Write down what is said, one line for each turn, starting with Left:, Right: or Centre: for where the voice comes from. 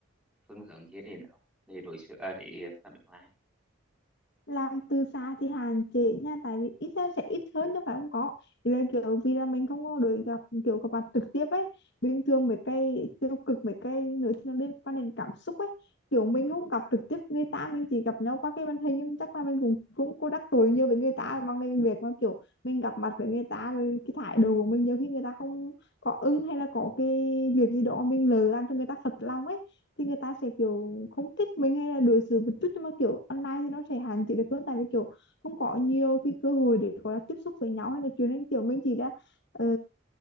Centre: phương hướng gì để nữa để đối xử à, để phản ứng lại
Left: làm từ xa thì hạn chế nha tại vì ít ra sẽ ít hơn đâu phải không có thì là kiểu vì là mình không có được gặp kiểu gặp mặt trực tiếp ấy bình thường mấy cái tiêu cực mấy cái nữa thì nó liên quan đến cảm xúc ấy kiểu mình không gặp trực tiếp người ta mình chỉ gặp nhau qua cái màn hình nhưng chắc là mình cũng cũng có đắc tội nhiều với người ta bằng cái việc mà kiểu mình gặp mặt với người ta rồi cái thái độ của mình nhiều khi người ta không có ưng hay là có cái việc gì đó mình lỡ làm cho người ta phật lòng ấy thì người ta sẽ kiểu không thích mình hay là đối xử một chút nhưng mà kiểu online thì nó sẽ hạn chế được hơn tại vì kiểu không có nhiều cái cơ hội để gọi là tiếp xúc với nhau hay là chuyện nên kiểu mình chỉ đã ờ,